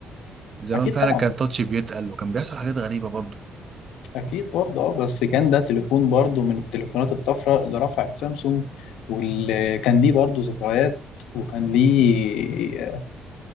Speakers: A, on the right (about 45°); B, on the left (about 85°).
A: زمان
B: اكيد
A: فعلا
B: طبعا
A: كان التاتش بيتقل وكان بيحصل حاجات غريبة برضو
B: اكيد برضه اه بس كان ده تليفون برضه من التليفونات الطفره اللي رفعت سامسونج واللي كان ليه برضه ذكريات وكان ليه